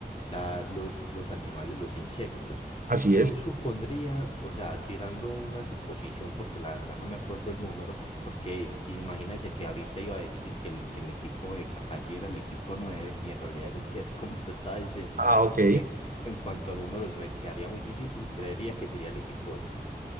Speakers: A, on the left; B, on the right.
A: la- los, los animales, los insectos.
B: así
A: Yo
B: es.
A: supondría, o sea, tirando una suposición, porque la verdad no me acuerdo el número, porque es- imagínense que ahorita iba a decir es que el, que el equipo de Kakashi era el equipo 9 y en realidad es el 7 <laughs> como usted estaba diciendo.
B: Ah, ok.
A: En cuanto a números, me quedaría muy difícil. Creería que sería el equipo ocho